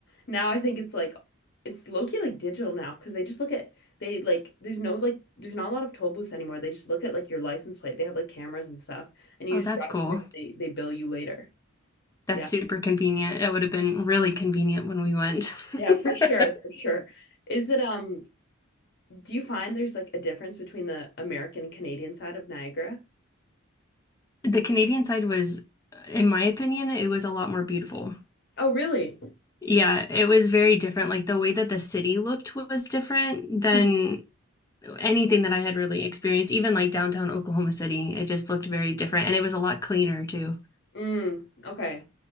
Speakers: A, on the left; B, on the left.
A: Now I think it's like it's low-key like digital now because they just look at they like there's no like there's not a lot of toll booths anymore. They just look at like your license plate. They have like cameras and stuff and you
B: Oh, that's
A: just drive
B: cool.
A: through and they, they bill you later.
B: That's
A: Yeah.
B: super convenient. It would have been really convenient when we went.
A: Yeah,
B: <laughs>
A: for sure, for sure. Is it um do you find there's like a difference between the American and Canadian side of Niagara?
B: The Canadian side was, in my opinion, it was a lot more beautiful.
A: Oh, really?
B: Yeah, it was very different. Like the way that the city looked was different than
A: Mhm.
B: anything that I had really experienced, even like downtown Oklahoma City. It just looked very different and it was a lot cleaner too.
A: Mm, okay.